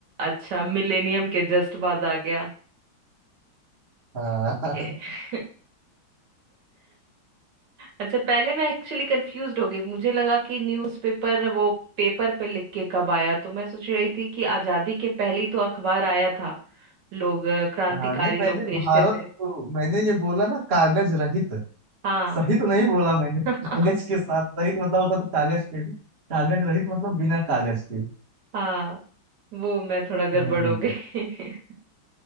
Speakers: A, on the right; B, on the right.
A: अच्छा मिलेनियम के जस्ट बाद आ गया
B: हाँ
A: ओके
B: <laughs>
A: <laughs> अच्छा पहले मैं एक्चुअली कंफ्यूज हो गई मुझे लगा कि न्यूज़पेपर वो पेपर पे लिख के कब आया तो मैं सोच रही थी कि आजादी के पहले ही तो अखबार आया था लोग अ, क्रांतिकारी
B: हाँ नहीं मैंने
A: लोग भेजते
B: भारत
A: थे
B: को मैंने ये बोला ना कागज रहित
A: हाँ
B: सही तो नहीं बोला मैंने
A: <laughs>
B: कागज के साथ सहित मतलब होता तो कागज पे कागज रहित मतलब बिना कागज के
A: हाँ वो मैं थोड़ा गड़बड़
B: हम्म
A: हो गई <laughs>